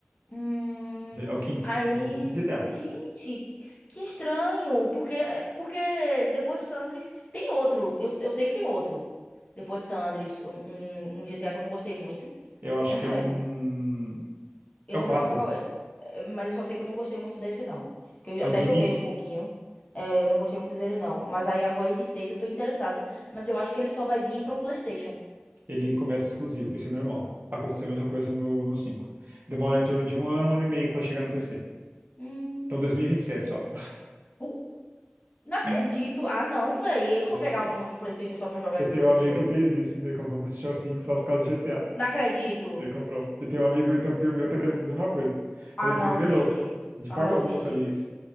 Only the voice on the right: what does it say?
É o quinto.
É o quinto GTA.
Eu acho
que é um.
É o
quatro,
É
o do
Nick.
Ele começa exclusivo. Isso é normal. Aconteceu a mesma coisa no, no 5. Demora em torno de um ano, um ano e meio pra chegar no PC.
Então 2027 só.
<laughs>
Eh,
Eu
tenho
um amigo
que fez
isso. Ele comprou o PlayStation 5 só por causa do GTA.
Ele comprou. E tem um amigo, e tem um primo meu que tá querendo fazer uma coisa.
Falei,
porque ele que
ele é louco. De
forma
alguma
eu faria isso.